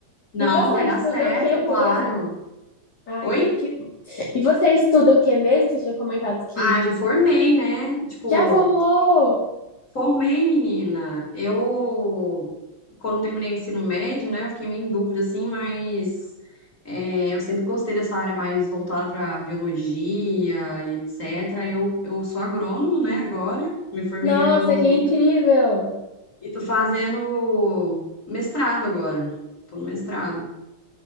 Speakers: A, on the left; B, on the left.
A: Não,
B: E você
A: vai dar
B: estuda
A: certo,
B: o que
A: é
B: mesmo?
A: claro.
B: Ai,
A: Oi?
B: que... E você estuda o que mesmo? Você tinha comentado que
A: Ah, já formei, né? Tipo,
B: Já formou!
A: formei, menina. Eu, quando terminei o ensino médio, né, eu fiquei meio em dúvida, assim, mas é, eu sempre gostei dessa área mais voltada para biologia e etc. Eu, eu sou agrônomo, né, agora, me formei
B: Nossa,
A: em agronomia.
B: que incrível!
A: E tô fazendo mestrado agora. Tô no mestrado.